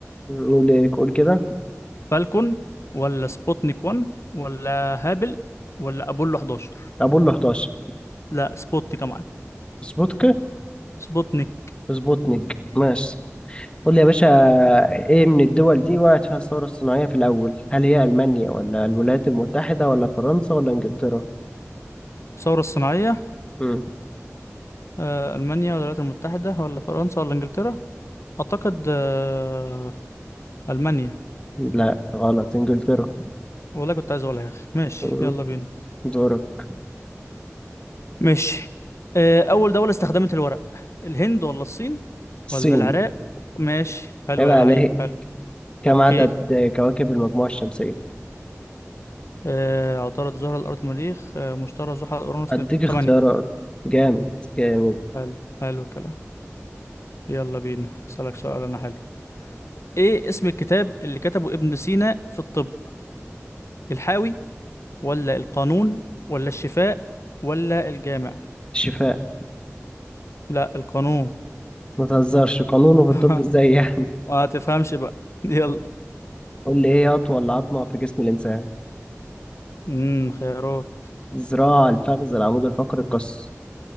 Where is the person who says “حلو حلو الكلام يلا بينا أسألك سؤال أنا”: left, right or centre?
Left